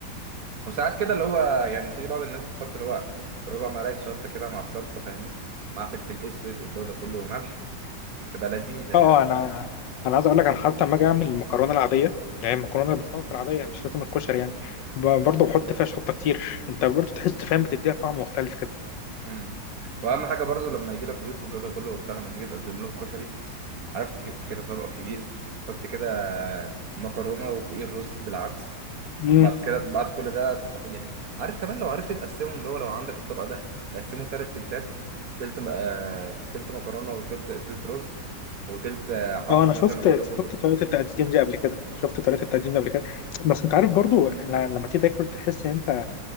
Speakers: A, on the right; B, on the left.
A: وساعات كده اللي هو يعني في بعض الناس بتحط اللي هو ربع ملعقة شطة كده مع الصلصة فاهمني مع فلفل أسود والجودة كله وملح تبقى لذيذة يعني
B: اه انا انا عايز اقول لك انا حتى لما اجي اعمل المكرونه العاديه اللي هي المكرونه اللي بالصلصه العاديه مش لازم الكشري يعني ب- برضه بحط فيها شطه كتير انت برضه تحس فاهم بتديها طعم مختلف كده
A: مم. واهم حاجه برضو لما يجي لك ضيوف والجو ده كله وبتاع لما تيجي تقدم لهم كشري عرفت تجيب كده طبق كبير تحط كده مكرونه وفوقيه الرز بالعدس
B: امم
A: بعد كده بعد كل ده تح- يعني عارف كمان لو عرفت تقسمهم اللي هو لو عندك الطبق ده تقسمه تلات تلتات تلت م... آه... تلت مكرونة وتلت تلت رز وتلت آه، عدس
B: اه انا شفت
A: مثلا والجو ده كله
B: شفت طريقه التقديم دي قبل كده شفت طريقه التقديم دي قبل كده بس انت عارف برضه ل- لما تيجي تاكل تحس ان انت